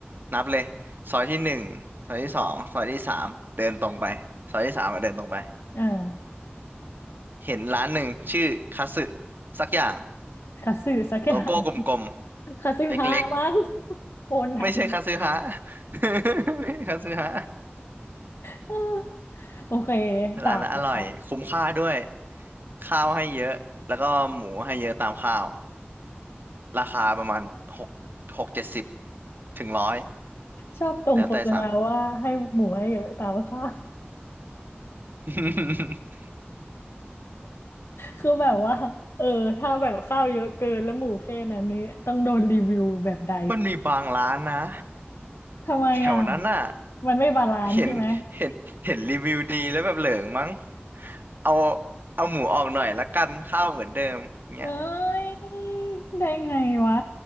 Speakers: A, on the right; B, on the left.
A: นับเลยซอยที่หนึ่งซอยที่สองซอยที่สามเดินตรงไปซอยที่สามอ่ะเดินตรงไป
B: เออ
A: เห็นร้านหนึ่งชื่อคัตสึสักอย่าง
B: คาสึสักอย่าง
A: โลโก้กลมๆเล็ก
B: คาสึฮะมั้งโอนัน
A: ๆไม่ใช่คัตสึฮะ <laughs> ไม่ใช่คัตสึฮะ
B: เออ <laughs> โอเคสามล้าน
A: ร้านนั้นอร่อยคุ้มค่าด้วยข้าวให้เยอะแล้วก็หมูให้เยอะตามข้าว ราคาประมาณหกหกเจ็ดสิบถึงร้อย
B: ชอบตรงโฆษณาว่าให้หมูให้เยอะตามข้าว
A: แล้วแต่สั่ง <laughs>
B: คือแบบว่าเออถ้าแบบข้าวเยอะเกินแล้วหมูแค่นั้นนี้ต้องโดนรีวิวแบบใด
A: มันมีบางร้านนะ
B: ทำไมอ่ะ
A: แถวนั้นน่ะ
B: มันไม่บาลานซ์ใช่ไหม
A: เห็นเห็นเห็นรีวิวดีแล้วแบบเหลิงมั้งเอาเอาหมูออกหน่อยละกันข้าวเหมือนเดิมเงี้ย
B: เอ้ยได้ไงวะ